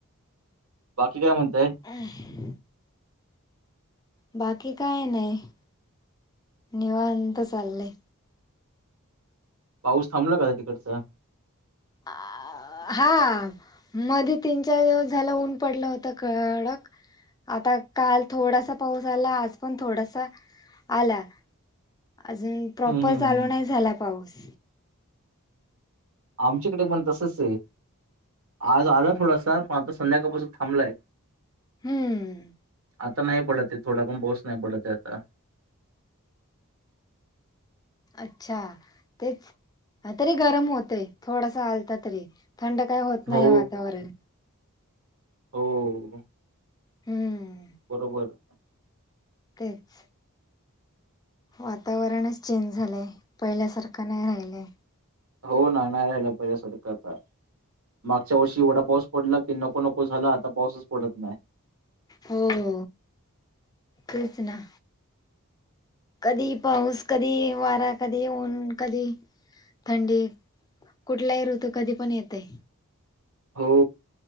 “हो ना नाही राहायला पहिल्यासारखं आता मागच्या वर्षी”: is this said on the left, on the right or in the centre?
Right